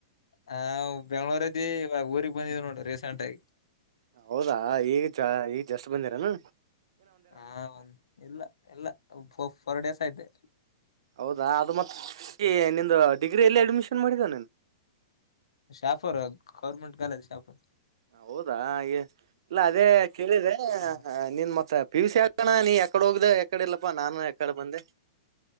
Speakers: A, on the left; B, on the right.
A: ಹ ಬೆಂಗ್ಳೂರ್ದಿ ಇವಾಗ ಊರಿಗೆ ಬಂದಿದ್ ನೋಡ್ರಿ ರೀಸೆಂಟ್ ಆಗಿ
B: ಹೌದಾ ಈಗ ಈಗ ಜಸ್ ಬಂದಿರನು
A: ಹ ಒ ಇಲ್ಲ ಎಲ್ಲ ಫೋರ್ ಡೇಸ್ ಆಯ್ತೆ
B: ಹೌದಾ ಅದು ಮತ್ತೆ ನಿಂದು ಡಿಗ್ರಿಿಯಲ್ಲಿ ಅಡ್ಮಿಷನ್ ಮಾಡಿದಿ ನೀನು
A: ಶಾಫೋರ್ ಗೌರ್ಮೆಂಟ್ ಕಾಲೇಜ್ ಶಾಫೋರ್
B: ಹೌದಾ ಹಾಗೆ ಇಲ್ಲ ಅದೇ ಕೇಳಿದ್ರೆ
A: ಹ
B: ನೀನ್ ಮತ್ತ ಪಿ ಯು ಸಿ ಆ ಅಕ್ಕಾನ ನೀ ಎಕಡೆ ಹೋಗದೆ ಎಕಡೆ ಎಲ್ಲಪ್ಪ ನಾನ ಎಕಡೆ ಬಂದೆ